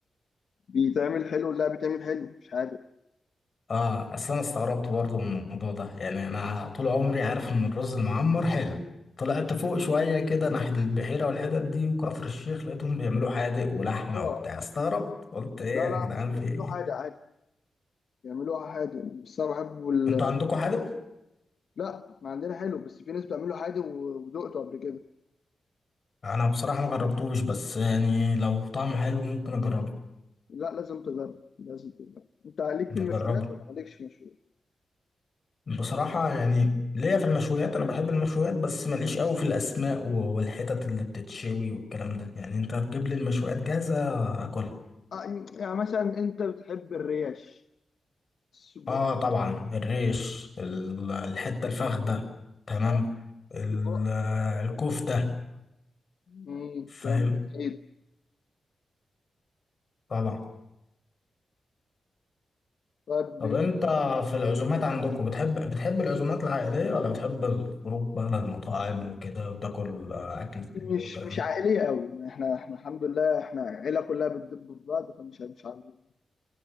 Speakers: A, on the left (about 70°); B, on the left (about 45°).
A: بيتعمل حلو لا بيتعمل حلو مش عادي
B: اه اصل انا استغربت برضو من الموضوع ده يعني انا طول عمري عارف ان الرز المعمر حلو طلعت فوق شوية كده ناحية البحيرة والحتت دي وكفر الشيخ لقيتهم بيعملوا حادق ولحمة
A: اه
B: وبتاع استغربت قلت ايه
A: لا لا
B: يا جدعان
A: بيعملوه
B: في ايه
A: حادق عادي بيعملوها حادق بس انا بحبه ال...
B: انتوا عندكم حادق؟
A: لا احنا عندنا حلو بس في ناس بتعمله حادق و- ودقته قبل كده
B: انا بصراحة ما جربتوش بس يعني لو طعمه حلو ممكن اجربه
A: لا لازم تجرب لازم تجرب انت عليك
B: نجربه
A: في المشويات ولا مالكش في المشويات
B: بصراحة يعني ليا في المشويات أنا بحب المشويات بس ماليش قوي في الأسماء و- والحتت اللي بتتشوي والكلام ده يعني أنت تجيب لي المشويات جاهزة أكلها
A: آه يعني مثلا انت بتحب الريش السجق
B: آه طبعا الريش ال- الحتة الفخدة تمام
A: آه، أصدقاء
B: ال-
A: الكلام ده كله
B: الكفتة
A: امم الكلام
B: فاهم
A: جميل
B: طبعا
A: طيب بالنسبة
B: طب أنت في العزومات عندكم بتحب بتحب العزومات العائلية ولا بتحب الخروج بقى للمطاعم وكده وتاكل آه، أكل سريع
A: مش
B: والكلام
A: مش عائلية
B: ده
A: قوي يعني احنا احنا الحمد لله احنا عيلة كلها بتدب في بعض فمش مش عن-